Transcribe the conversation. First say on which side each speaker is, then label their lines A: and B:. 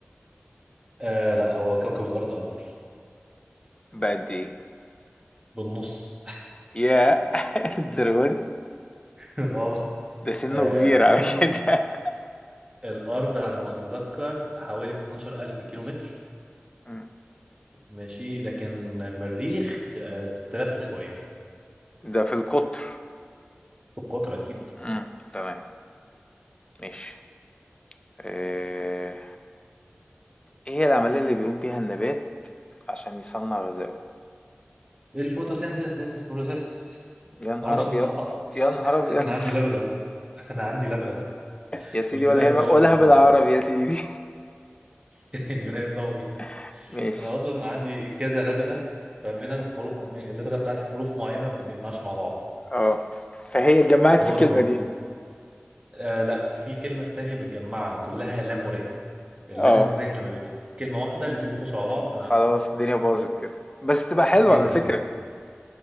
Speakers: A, on the right; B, on the left.
A: آه لا هو كوكب الارض اكبر
B: بقد ايه
A: بالنص
B: ياه <laughs> الدرجة دي
A: <laughs> اه
B: ده سنه
A: آه،
B: كبير
A: الارض
B: على كده
A: الارض على ما اتذكر حوالي 12000 كيلومتر
B: مم.
A: ماشي لكن المريخ آه، 6000 وشويه
B: ده في القطر
A: في القطر اكيد
B: مم. تمام ماشي آه، ايه هي العملية اللي بيقوم بيها النبات عشان يصنع غذائه
A: الفوتوسينثيس ذيس بروسيس
B: يا نهار
A: ما اعرفش
B: ابيض
A: انطقها
B: يا نهار
A: <laughs>
B: ابيض
A: انا عندي
B: <laughs>
A: لدغه انا عندي لدغه
B: يا سيدي
A: البناء
B: ولا يهمك
A: الضوئي
B: قولها
A: بالعربي
B: بالعربي يا سيدي
A: <laughs> البناء الضوئي
B: <laughs> ماشي
A: انا اصلا عندي كذا لدغه فمن الحروف اللدغه بتاعتي حروف معينه ما بتتجمعش مع بعض
B: اه فهي اتجمعت
A: عباره
B: في الكلمة
A: من
B: دي
A: آه لا في كلمه تانية متجمعه كلها لام وره اللام
B: اه
A: والره لما بيبقوا في كلمه واحده الاتنين بيخشوا على بعض
B: خلاص
A: ما-
B: الدنيا باظت كده بس تبقى حلوة
A: جدا
B: على فكرة